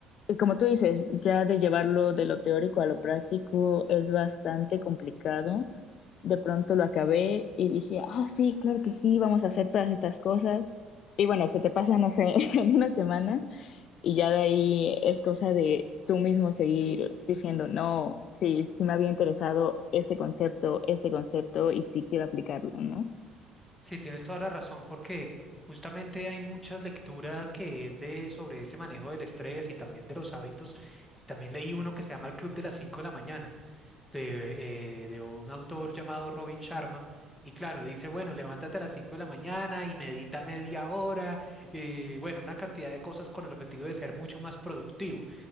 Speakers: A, on the left; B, in the centre.
A: y como tú dices, ya de llevarlo de lo teórico a lo práctico es bastante complicado. De pronto lo acabé y dije, ah, sí, claro que sí, vamos a hacer todas estas cosas. Y bueno, se te pasa, no sé, <laughs> en una semana y ya de ahí es cosa de tú mismo seguir diciendo, no, sí, sí me había interesado este concepto, este concepto y sí quiero aplicarlo, ¿no?
B: Sí, tienes toda la razón, porque justamente hay muchas lecturas que es de sobre ese manejo del estrés y también de los hábitos. También leí uno que se llama El Club de las cinco de la mañana de, eh, de un autor llamado Robin Sharma. Y claro, dice, bueno, levántate a las 5 de la mañana y medita media hora, eh, bueno, una cantidad de cosas con el objetivo de ser mucho más productivo.